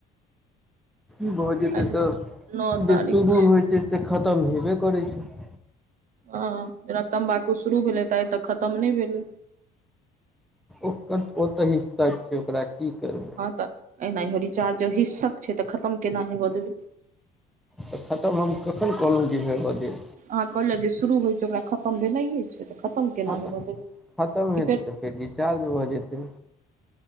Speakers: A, in the centre; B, on the right (about 50°).
A: की भ जेतै
B: आइ
A: त
B: नओ
A: जे
B: तारीख
A: शुरू होइ छै से खतम हेबे करै छै
B: ह जेना तम्बाकू शुरू भेलै तऽ आइ तक खतम नहि भेलै
A: ओकर ओ तऽ हिस्सा छै ओकरा की करू
B: हँ तऽ एनाहि रिचार्जो हिस्सक छै तऽ खतम केना हेबऽ देबै
A: त खत्म हम कखन कहलहुं जे होेयब दे
B: अहाँ कहलियै जे शुरू होइ छै ओकरा खत्म भेनाइए छै तऽ खत्म
A: देब
B: केना हेबय देबै
A: खतम
B: कि
A: हेतै
B: फेर
A: तऽ फेर रिचार्ज भऽ जेतै